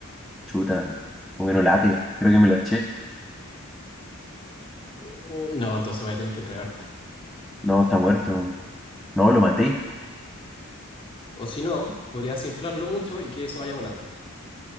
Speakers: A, in the centre; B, on the left.
A: Chuta, o que no late, creo que me lo eché.
B: mm, no, entonces voy a tener que entregarte.
A: No, está muerto. No, lo maté.
B: O si no, podrías inflarlo mucho y que se vaya volando.